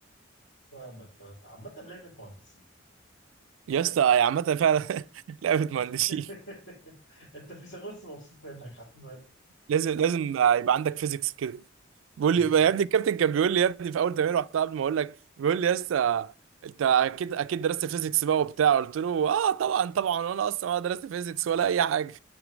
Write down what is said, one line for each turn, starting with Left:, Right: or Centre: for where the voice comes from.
Left: فاهمك فاهم عامه لعبه مهندسين
Right: يا اسطى يا عامه فعلا <laughs> لعبه
Left: <laughs>
Right: مهندسين
Left: انت في سغرس مبسوط منك عامه
Right: لازم لازم يبقى عندك فيزيكس كده بيقول
Left: في-
Right: لي يا ابني الكابتن كان بيقول لي يا ابني في اول تمرين رحتها قبل ما اقول لك بيقول لي يا اسطى انت اكيد اكيد درست فيزيكس بقى وبتاع قلت له اه طبعا طبعا وانا اصلا ولا درست فيزيكس ولا اي حاجه